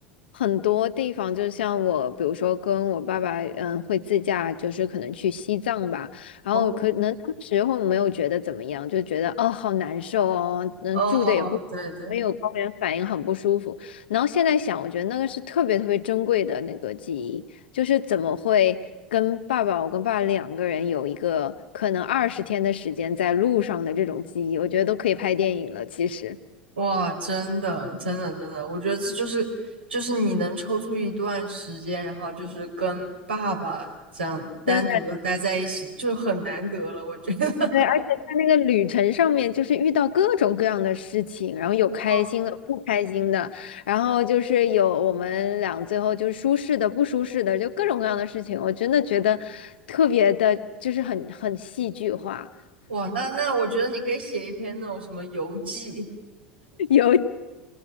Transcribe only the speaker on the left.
很多地方，就像我，比如说跟我爸爸，嗯，会自驾，就是可能去西藏吧。然后可能当时候没有觉得怎么样，
就觉得哦，好难受哦，能住的也不没有高原反应，
很不舒服。然后现在想，我觉得那个是特别特别珍贵的那个记忆，就是怎么会跟爸爸，我跟爸爸两个人有一个可能二十天的时间在路上的这种记忆，我觉得都可以拍电影了，其实。
对
对，
而且在那个旅程上面，就是遇到各种各样的事情，然后有开心的、
不开心的，然后就是有我们俩最后就是舒适的、不舒适的，就各种各样的事情，我真的觉得特别的，就是很很戏剧化。
<laughs> 有，